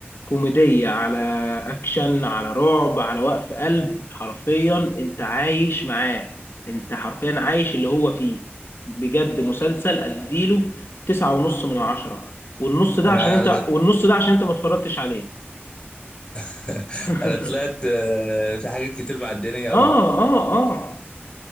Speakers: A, on the left (about 60°); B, on the left (about 20°).
A: كوميديه على اكشن على رعب على وقف قلب حرفيا انت عايش معاه انت حرفيا عايش اللي هو فيه بجد مسلسل اديله تسعة ونص من عشرة والنص ده
B: انا
A: عشان انت
B: انا
A: والنص ده عشان انت ما اتفرجتش عليه
B: <laughs>
A: <laughs>
B: أنا طلعت آه، في حاجات كتير معدياني قوي
A: اه اه اه